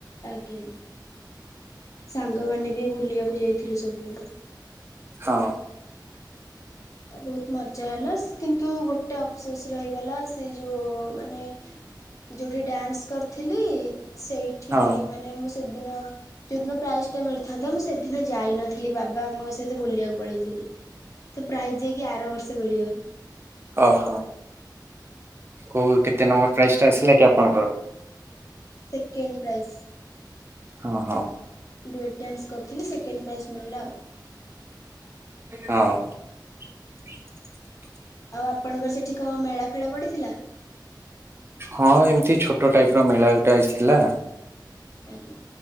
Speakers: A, on the left (about 45°); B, on the right (about 30°).
A: ଆଜ୍ଞା ସାଙ୍ଗମାନେ ବି ବୁଲିବାକୁ ଯାଇଥିଲେ ସବୁ।
B: ହଁ।
A: ତ ବହୁତ ମଜା ହେଲା କିନ୍ତୁ ଗୋଟେ ଅଫସୋସ ରହିଗଲା ସେ ଯୋଉ ମାନେ ଯୋଉଠି ଡ୍ୟାନ୍ସ କରିଥିଲି ସେଇ ଠି
B: ହଁ
A: ମାନେ ମୁଁ ସେଦିନ ଯୋଉଦିନ ପ୍ରାଇଜ ଟା ମିଳିଥାନ୍ତା ମୁଁ ସେଦିନ ଯାଇନଥିଲି ବାବା ଆମଙ୍କ ସହିତ ବୁଲିବାକୁ ପଳେଇଥିଲି। ପ୍ରାଇଜ୍ ଯାଇକି ଆର ବର୍ଷ ମିଳିବ।
B: ଓ ହୋ। କୋଉ କେତେ ନମ୍ବର ପ୍ରାଇଜ୍ ଟା ଆସିଲା କି ଆପଣଙ୍କର?
A: Second prize.
B: ହଁ ହଁ।
A: ଡୁଏଟ୍ ଡ୍ୟାନ୍ସ କରିଥିଲି ସେକେଣ୍ଡ ପ୍ରାଇଜ୍ ମିଳିଲା ଆଉ।
B: ହଁ। ହ
A: ଆଉ ଆପଣଙ୍କର ସେଠି କ ମେଳା ଫେଳା ପଡ଼ିଥିଲା?
B: ହଁ ଏମିତି ଛୋଟ ଟାଇପ ର ମେଳା ଗୋଟେ ଆସିଥିଲା।
A: ଆଜ୍ଞା।